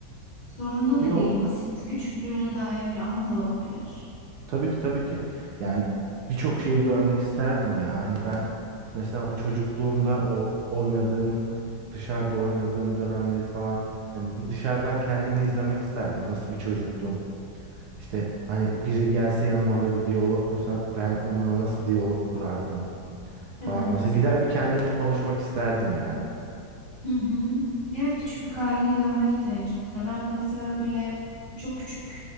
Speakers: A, on the left; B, on the right.
A: zorunda da
B: Yo
A: değil. Basit küçüklüğüne dair bir anı da olabilir.
B: Tabii ki tabii ki. Yani birçok şeyi görmek isterdim ya. Hani ben mesela o çocukluğumda o oynadığım, dışarıda oynadığım dönemleri falan hani bir dışarıdan kendimi izlemek isterdim. Nasıl bir çocuktum? İşte hani biri gelse yanıma ve bir diyalog kursa ben onunla nasıl diyalog kurardım falan.
A: Evet.
B: Mesela gider bir kendimle konuşmak isterdim yani.
A: Hı hı. Evet küçüklük halini görmek de çok güzel.
B: Evet.
A: Ben de mesela böyle çok küçük